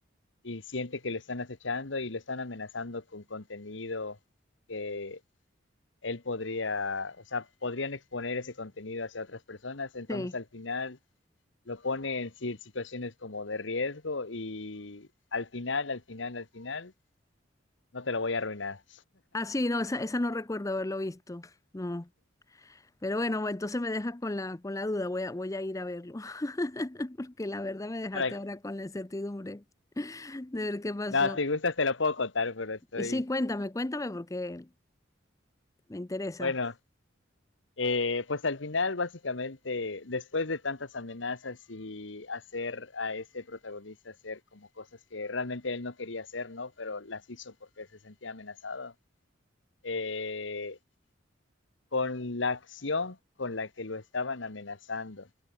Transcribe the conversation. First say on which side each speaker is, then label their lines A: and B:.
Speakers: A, on the left; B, on the left.
A: y siente que lo están acechando y lo están amenazando con contenido que él podría, o sea, podrían exponer ese contenido hacia otras personas, entonces
B: Sí.
A: al final lo pone en si- situaciones como de riesgo y al final, al final, al final, no te lo voy a arruinar.
B: Ah, sí, no, esa, esa no recuerdo haberlo visto. No. Pero bueno, entonces me dejas con la, con la duda, voy a, voy a ir a verlo, <laughs> porque la verdad me dejaste
A: Para,
B: ahora con la incertidumbre <laughs> de ver qué pasó.
A: no, si gustas te lo puedo contar, pero estoy,
B: Y sí, cuéntame, cuéntame porque me interesa.
A: bueno, Eh, pues al final, básicamente, después de tantas amenazas y hacer a este protagonista hacer como cosas que realmente él no quería hacer, ¿no? Pero las hizo porque se sentía amenazado. eh, con la acción con la que lo estaban amenazando,